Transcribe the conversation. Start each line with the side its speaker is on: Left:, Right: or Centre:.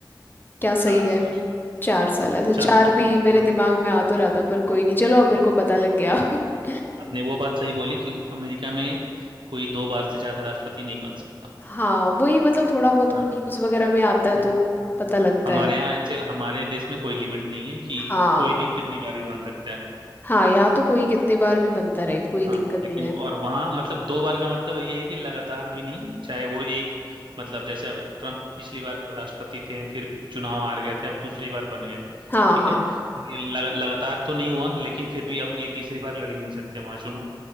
Left: क्या सही
Right: चार
Left: है
Right: साल
Left: चार साल अच्छा
Right: चार
Left: चार
Right: साल
Left: भी मेरे
Right: हम्म,
Left: दिमाग में आ तो रहा था पर कोई नहीं चलो अब मेरे को पता लग गया <laughs>
Right: आपने वो बात सही बोली कि अमेरिका में कोई दो बार से ज्यादा राष्ट्रपति नहीं बन सकता
Left: हाँ वही मतलब थोड़ा बहुत वो
Right: हाँ
Left: न्यूज़ वगैरह में आता है
Right: हम्म,
Left: तो
Right: हाँ।
Left: पता लगता
Right: हमारे
Left: है
Right: यहाँ ऐसे हमारे देश में कोई लिमिट नहीं है कि
Left: हाँ
Right: कोई भी कितनी बार भी बन सकता है
Left: हाँ यहाँ तो कोई कितने बार भी बनता रहे कोई दिक्कत
Right: हाँ लेकिन
Left: नहीं है
Right: और वहाँ मतलब दो बार का मतलब ये है कि लगातार भी नहीं चाहे वो एक मतलब जैसे अब ट्रम्प पिछली बार राष्ट्रपति थे फिर चुनाव हार गए थे अब दूसरी बार बन गए
Left: हाँ
Right: ठीक
Left: हाँ
Right: है तो ये लग, लगातार तो नहीं हुआ लेकिन फिर भी अब ये तीसरी बार लड़ ही नहीं सकते वहाँ चुनाव